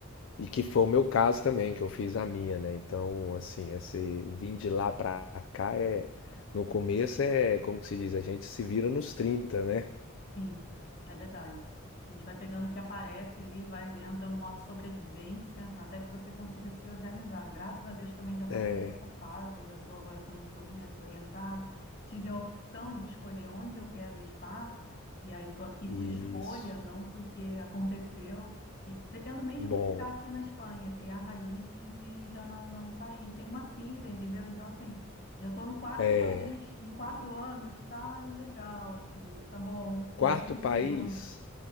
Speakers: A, on the left; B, on the left.
A: E que foi o meu caso também, que eu fiz a minha, né? Então, assim, esse vir de lá para cá é. No começo é, como que se diz? A gente se vira nos trinta, né?
B: Sim, é verdade. A gente vai pegando o que aparece ali, vai entrando no modo sobrevivência, até que você consiga se organizar. Graças a Deus também já passei
A: É,
B: dessa fase, já estou agora com os documentos orientados. Tive a opção de escolher onde eu quero estar, e aí estou aqui por
A: isso.
B: escolha, não porque aconteceu. E pretendo mesmo
A: Bom.
B: ficar aqui na Espanha, criar raízes e já não, não sair. Tenho uma filha, entendeu? Então, assim. Já estou no quarto
A: é.
B: país em quatro anos, Está legal aqui, tá bom, já
A: Quarto
B: estou encerrando.
A: país?